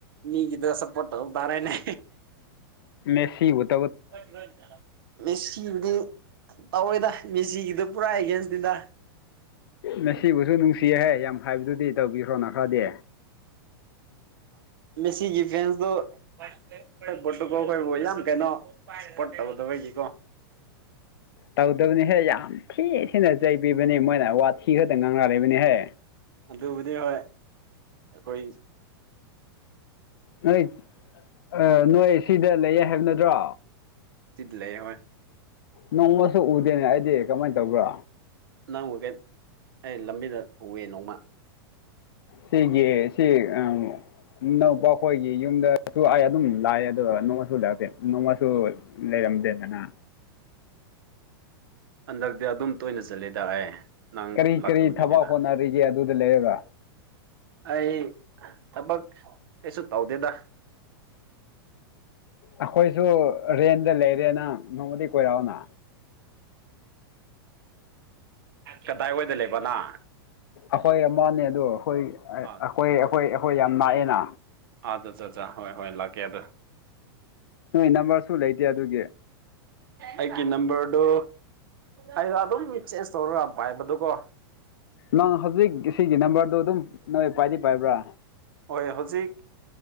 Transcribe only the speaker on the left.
ꯃꯦꯁꯤ ꯋꯨꯠ
ꯃꯦꯁꯤꯕꯨꯁꯨ ꯅꯨꯡꯁꯤꯌꯦꯍꯦ ꯌꯥꯝ ꯍꯥꯏꯕꯗꯨꯗꯤ ꯇꯧꯕꯤꯈ꯭ꯔꯣꯅ ꯈ꯭ꯔꯗꯤ
ꯇꯧꯗꯕꯨꯅꯤ ꯍꯦ ꯌꯥꯝ ꯊꯤ ꯊꯤꯅ ꯆꯩꯕꯤꯕꯅꯤ ꯃꯣꯏꯅ ꯋꯥꯊꯤ ꯈꯗ ꯉꯥꯡꯂ ꯂꯩꯕꯅꯤꯍꯦ
ꯅꯣꯏ ꯑ ꯅꯣꯏ ꯁꯤꯗ ꯂꯩꯌꯦ ꯍꯥꯏꯕ ꯅꯠꯇ꯭ꯔꯣ
ꯅꯣꯡꯃꯁꯨ ꯎꯗꯦꯅꯦ ꯑꯩꯗꯤ ꯀꯃꯥꯏꯅ ꯇꯧꯕ꯭ꯔꯥ
ꯁꯤꯒꯤ ꯁꯤ ꯑꯝ ꯏꯅꯧꯄꯥ ꯈꯣꯏꯒꯤ ꯌꯨꯝꯗꯁꯨ ꯑꯩ ꯑꯗꯨꯝ ꯂꯥꯛꯑꯦ ꯑꯗꯨꯒ ꯅꯣꯡꯃꯁꯨ ꯂꯩꯔꯇꯦ ꯅꯣꯡꯃꯁꯨ ꯂꯩꯔꯝꯗꯦꯗꯅ
ꯀꯔꯤ
ꯀꯔꯤ ꯊꯕꯛ ꯍꯣꯠꯅꯔꯤꯒꯦ ꯑꯗꯨꯗ ꯂꯩꯔꯒ
ꯑꯩꯈꯣꯏꯁꯨ ꯔꯦꯟꯗ ꯂꯩꯔꯦ ꯅ ꯅꯣꯡꯃꯗꯤ ꯀꯣꯏꯔꯥꯎꯑꯣꯅ
ꯑꯩꯈꯣꯏ ꯑꯃꯅꯦ ꯑꯗꯨ ꯑꯩꯈꯣꯏ ꯑꯩꯈꯣꯏ
ꯑꯩꯈꯣꯏ ꯑꯩꯈꯣꯏ ꯌꯥꯝ ꯂꯥꯛꯑꯦꯅ
ꯅꯣꯏ ꯅꯝꯕꯔꯁꯨ ꯂꯩꯇꯦ ꯑꯗꯨꯒꯤ
ꯅꯪ ꯍꯧꯖꯤꯛ ꯁꯤꯒꯤ ꯅꯝꯕꯔꯗꯨ ꯑꯗꯨꯝ ꯅꯣꯏ ꯄꯥꯏꯗꯤ ꯄꯥꯏꯕ꯭ꯔꯥ